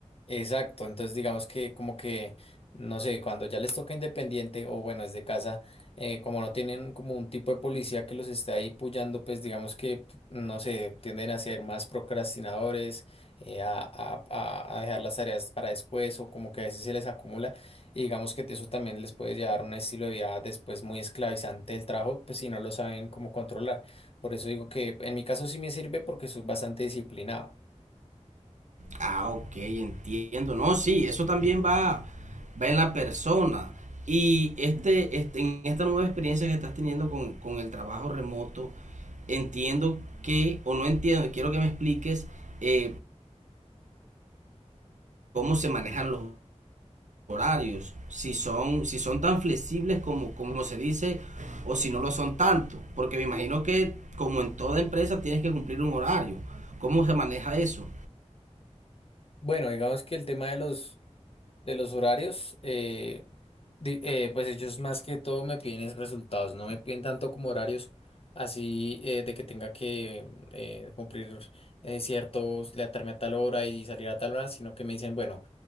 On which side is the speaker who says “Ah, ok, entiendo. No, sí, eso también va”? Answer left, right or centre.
Right